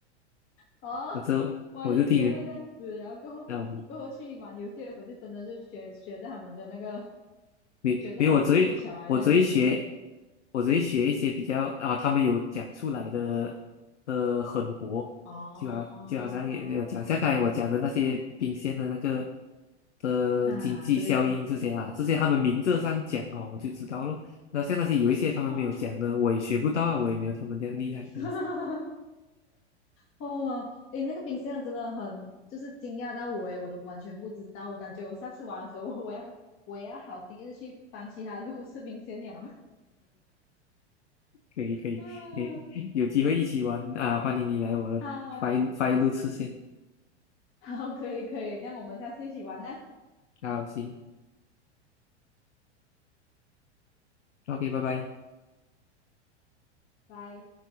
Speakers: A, on the left (about 35°); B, on the left (about 75°).
A: 哦，
B: 我这我就听人，
A: 我以为你真的会这样子，然后过后过后去玩游戏的时候，
B: 嗯，
A: 就真的就学学着他们的那个，
B: 没没有，
A: 学着他们的技巧啊，
B: 我只会我只会学，
A: 这样子练。
B: 我只会学一些比较啊，他们有讲出来的呃狠活，
A: 哦，
B: 就好就好像也也讲像刚才我讲的那些冰鲜的那个的经济效应这些啊，
A: 啊，对对，
B: 这些他们明着上讲哦，我就知道咯。那像那些有一些他们没有讲的，
A: 哇，
B: 我也学不到啊，我也没有他们这样厉害。
A: <laughs>
B: 这样子。
A: 哦，诶，那个冰箱真的很，就是惊讶到我诶，我都完全不知道。我感觉我下次玩的时候，<laughs> 我要我也要好心一直去帮其他路吃冰鲜鸟。<laughs>
B: 可以可以，
A: 嗯，
B: 你有机会一起玩啊，欢迎你来我的发一路次线。
A: 好，<laughs> 好，可以可以，这样我们下次一起玩呢，
B: 好，行，OK，拜拜。
A: 拜。